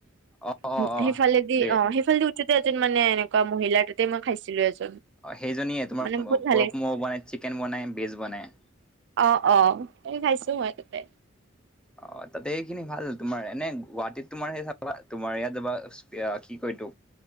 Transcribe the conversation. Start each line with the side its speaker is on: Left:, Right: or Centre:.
Centre: অ অ
Right: সেইফালেদি
Centre: অ সেইটোৱে
Right: অ সেইফালেদি। এজন মানে এনেকুৱা মহিলা ততেই মই খাইছিলো এজন।
Centre: অ সেইজনী তোমাৰ
Right: মানে বহুত ভাল
Centre: পৰ্ক
Right: লাগিছে।
Centre: ম বনাই চিকেন বনাই ভেজ বনাই।
Right: অ অ হে খাইছো মই তাতে।
Centre: অ তাতে খিনি ভাল তোমাৰ এনে গুৱাহাটীত তোমাৰ সেই চাবা তোমাৰ ইয়াত যাবা কি কয় তো।